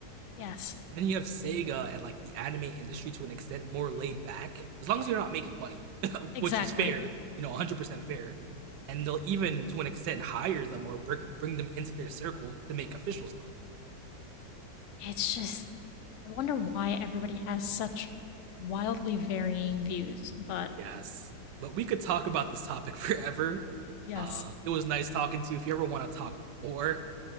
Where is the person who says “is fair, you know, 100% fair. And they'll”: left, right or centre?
Right